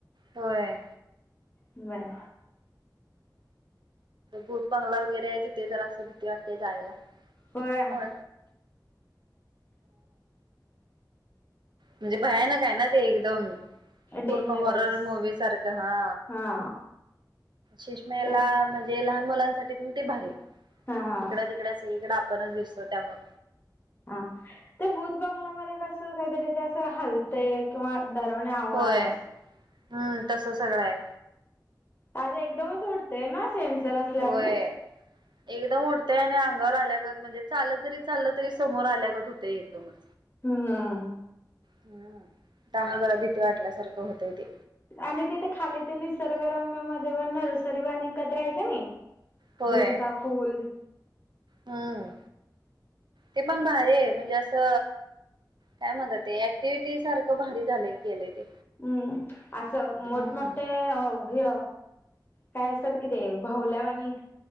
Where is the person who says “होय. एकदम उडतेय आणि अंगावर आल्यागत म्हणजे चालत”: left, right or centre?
Right